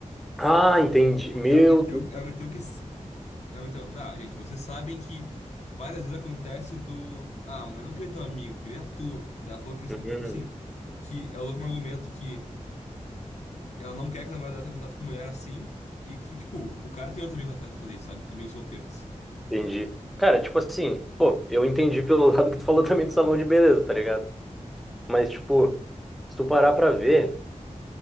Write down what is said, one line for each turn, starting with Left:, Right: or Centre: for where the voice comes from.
Centre: Ah, entendi.
Left: Porque
Centre: Meu
Left: ela meteu,
Centre: Deus.
Left: ela meteu que. s- Ela meteu, não, gente, vocês sabem que várias vezes acontece do. Ah, mas eu não queria teu amigo, eu queria tu. Daí Ela falou que, isso,
Centre: Uhum,
Left: tipo assim, que ela usou como argumento que. Ela não quer que a namorada dela tenha contato com mulher assim. E que, tipo, o cara tem outros amigos na festa pra fazer isso, sabe? Amigos solteiros.
Centre: entendi. Cara, tipo assim, pô, eu entendi pelo <laughs> lado que tu falou também do salão de beleza, tá ligado? Mas, tipo, se tu parar pra ver.